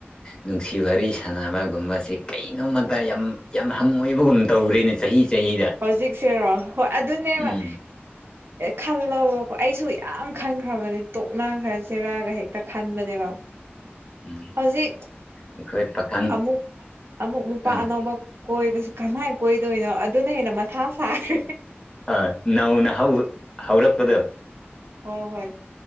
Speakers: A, on the left; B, on the right.
A: ꯅꯨꯡꯁꯤ ꯋꯥꯔꯤ ꯁꯥꯟꯅꯕꯒꯨꯝꯕꯁꯦ ꯀꯩꯅꯣꯝꯃꯇ ꯌꯥꯝ ꯌꯥꯝ ꯍꯪ ꯑꯣꯏꯕꯒꯨꯝ ꯇꯧꯔꯦꯅꯦ꯫ ꯆꯍꯤ ꯆꯍꯤꯗ
B: ꯍꯧꯖꯤꯛꯁꯤꯦꯔꯣ ꯍꯣꯏ ꯑꯗꯨꯅꯦꯕ
A: ꯎꯝ
B: ꯑꯦ ꯈꯜꯂꯕꯀꯣ ꯑꯩꯁꯨ ꯌꯥꯝ ꯈꯟꯈ꯭ꯔꯕꯅꯦ ꯇꯣꯛ ꯟꯈ꯭ꯔ ꯆꯦꯔꯥꯒ ꯍꯦꯛ ꯈꯥꯟ ꯃꯅꯦꯕ
A: ꯎꯝ
B: ꯍꯧꯖꯤ
A: ꯑꯩꯈꯣꯏ ꯄꯥꯈꯪ
B: ꯑꯃꯨꯛ ꯑꯃꯨꯛ ꯅꯨꯄꯥ
A: ꯎꯝ
B: ꯑꯅꯧꯕ ꯀꯣꯏꯕꯁꯨ ꯀꯃꯥꯏꯅ ꯀꯣꯏꯗꯣꯏꯅꯣ ꯑꯗꯨꯅ ꯍꯦꯟꯅ ꯃꯊꯥ ꯁꯥꯈ꯭ꯔꯦ꯫
A: ꯑ ꯅꯑꯣꯅ ꯍꯧꯥꯎ꯭ꯔꯄꯗꯣ
B: ꯍꯣ ꯍꯣꯏ